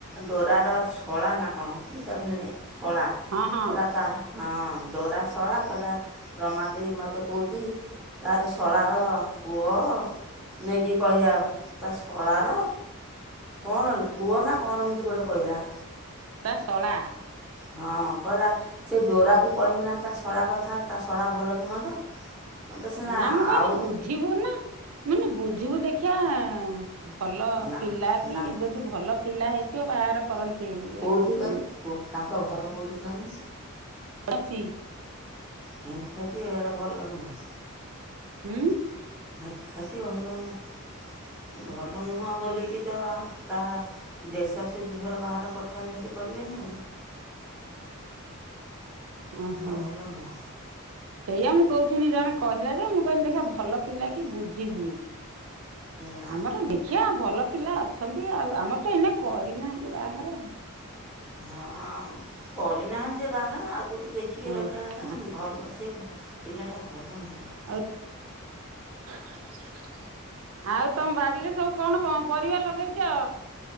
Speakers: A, in the centre; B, on the right (about 70°).
A: ଡୋରାର ଶଳା ନା କଣ କି ତା ଭିଣେଇ ଶଳା କହିଲା
B: ହଁ ହଁ
A: ତା ହଁ। ଡୋରା ଶଳା କହିଲା ରମା ଦେଇ ମୋତେ କହୁଛି ତାର ଶଳାର ପୁଅ ନେଇକି କହିବା ତା ଶଳାର କଣଲୁ ପୁଅ ନା କଣ ଏମିତି ଗୋଟେ କହିଲା?
B: ତା ଶଳା।
A: ହଁ କହିଲା ସେ ଡୋରାକୁ କହମି ନା ତା ଶଳା କଥା ତା ଶଳା ଭଲ କି ମନ୍ଦ। ମତେ ସିନା
B: ନା ମୁଁ କହିଲି
A: ଆଉ
B: ବୁଝିବୁ ନା ମାନେ ବୁଝିବୁ ଦେଖ ଖିଆ ଭଲ
A: ନା
B: ପିଲା କି
A: ନା
B: ଯଦି ଭଲ ପିଲା ହେଇଥିବ ବାହାର କରନ୍ତି। ଏଇଆ
A: କେଉଠି
B: କହୁଥିନି
A: କହନି ତାଙ୍କ ଘର କେଉଠି କହନି?
B: ବାମ୍ପି
A: ହୁଁ ସେଟି ଏରା ଭଲ ନୁହଁ।
B: ହୁଁ
A: ସେଠି ଭଲ ନୁହଁ, ଭଲ ନୁହଁ ବୋଲିକି ତ ତା ଦେଢ ଶାଶୁଝିଅର ବାହାଘର କରିଥାନ୍ତି ସେଠି କରିବେ ନି।
B: ଓହୋ
A: ହେଟା ଭଲ
B: ସେଇଆ
A: ନୁହଁ
B: ମୁଁ କହୁଥିନି ଜଣେ କହ ଥିଲା ଯେ ମୁଁ କହିନି ଦେଖିଅ ଭଲ ପିଲା କି ବୁଝିବୁ
A: ନା
B: ଆମର ଦେ ଖିଆ ଭଲ ପିଲା ଅଛନ୍ତି ଆଉ ଆମର ତ ଏଇନେ କରିନାହାନ୍ତି ବାହାଘର।
A: ହଁ ଆମର ତ କରିନାହାନ୍ତି ଯେ ବାହାଘର ଆଗରୁ ଦେଖିକି
B: ହଉ
A: ରଖିବା କ ଥା ଭଲ ସେ ପିଲାଟା ଭଲ ନୁହଁ।
B: ଆଉ <inaudible> ଆଉ ତମ ବାଡିରେ ସବୁ କଣ ପଁ ପରିବା ଲଗେଇଚ?